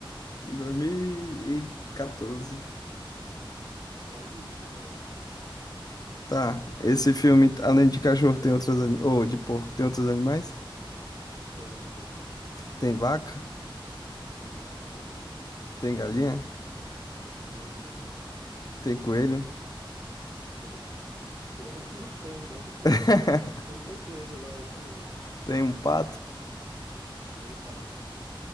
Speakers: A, on the left; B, on the right.
A: Em 2014.
B: Quase isso mesmo.
A: Tá, esse filme, além de cachorro, tem outros animais. Ou de porco, tem outros animais?
B: Tem, tem.
A: Tem vaca,
B: Tem vaca, tem,
A: tem galinha,
B: tem galinha também.
A: tem coelho,
B: Tem. Coelho, <laughs> não sei, deve ter.
A: <laughs>
B: Não tenho certeza agora, é coelho.
A: tem um pato.
B: Tem pato.